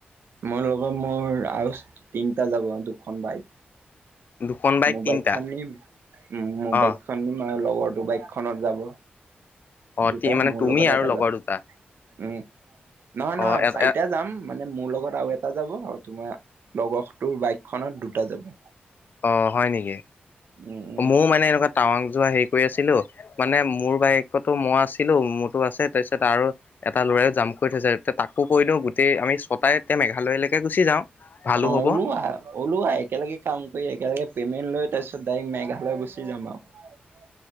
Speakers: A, on the right; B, on the left.
A: মোৰ লগত মোৰ, আৰু তিনিটা যাব দুখন বাইক।
B: দুখন বাইক
A: মোৰ
B: তিনটা
A: বাইকখন নিম মোৰ
B: অ
A: বাইকখন নিম লগৰটো বাইকখনত যাব
B: অ
A: দুটা
B: মানে
A: মোৰ
B: তুমি
A: লগত
B: আৰু
A: এটা
B: লগৰ
A: যা উম
B: দুটা
A: নহয়
B: অ
A: নহয় চাৰিটা
B: এ
A: যাম মানে মোৰ লগত। লগত আৰু এটা যাব আৰু তোমাৰ লগৰটোৰ বাইকখনত দুটা যাব।
B: অ হয় নিকি
A: উম উম
B: মও মানে এনেকুৱা টাৱাং যোৱা হেৰি কৰি আছিলো মানে মোৰ বাইকতো মই আছ ছিলো মোৰতো আছে তাৰপিছত আৰু এটা ল'ৰাইও জাম কৰি থৈছে তাকো কৈ দিওঁ গোটেই আমি ছটাই মেঘালয়লৈকে গুচি যাওঁ ভালো
A: অ', ওলোৱা
B: হ'ব
A: ওলোৱা একেলগে কাম কৰি একেলগে পে'মেণ্ট লৈ তাৰপিছত ডাইৰেক্ট মেঘালয় গুচি যাম আৰু।